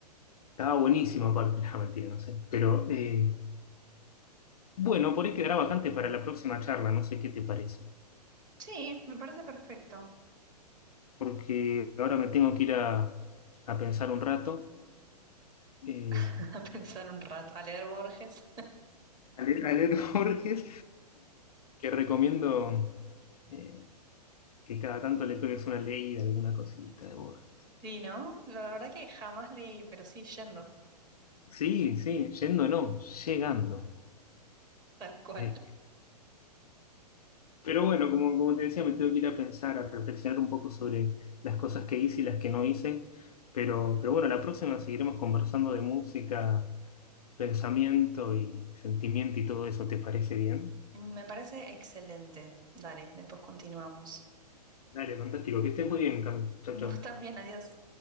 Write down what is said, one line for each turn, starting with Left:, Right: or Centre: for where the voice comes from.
Left: Estaba buenísimo aparte, <laughs> no, mentira, no sé. Pero eh, Bueno, por ahí quedará vacante para la próxima charla, no sé qué te parece,
Right: Sí, me parece perfecto.
Left: porque ahora me tengo que ir a, a pensar un rato, eh,
Right: <laughs> A pensar un rato, a leer Borges.
Left: a leer, a leer <laughs> Borges, que recomiendo eh, que cada tanto le pegues una leída, alguna cosita de Borges.
Right: Sí, ¿no? La verdad que jamás leí, pero sí yendo,
Left: Sí, sí, yendo no, llegando.
Right: tal cual.
Left: Eh, pero bueno, como, como te decía, me tengo que ir a pensar, a reflexionar un poco sobre las cosas que hice y las que no hice, pero, pero bueno, la próxima seguiremos conversando de música pensamiento y sentimiento y todo eso, ¿te parece bien?
Right: Me parece excelente. Dale, después continuamos.
Left: Dale, fantástico, que estés muy bien, Cam. Chao,
Right: Vos
Left: chao.
Right: también, adiós.